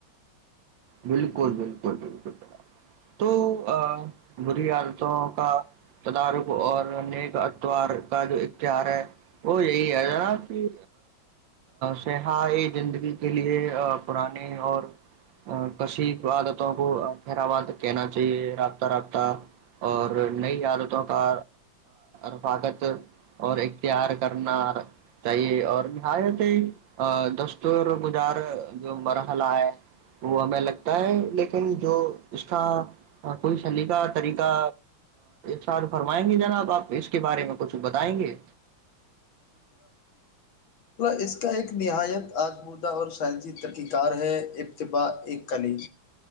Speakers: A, on the right; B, on the left.
A: بالکل بالکل بالکل تو ا <unintelligible> <unintelligible> جی حال <inaudible> کا تدارک اور نیک <inaudible> اتوار کا جو اختیہار ہے وہ یہی ہے ذرا کہ سیہ زندگی کے لیے پرانے اور کشیف عادتوں کو پہر آباد کہنا چاہیے رابطہ رابطہ اور نئی عادتوں کا رفاقت اور اختیار کرنا چاہیے اور نہایت دستور گجار جو مرحلہ ہے وہ ہمیں لگتا ہے لیکن جو اس کا کوئی شلیقہ طریقہ ساتھ فرمائیں گے جناب آپ اس کے بارے میں کچھ بتائیں گے
B: مطل اس کا ایک نہایت آزمودہ اور سائنسی طرقی کار ہے ابتباء ا کلیم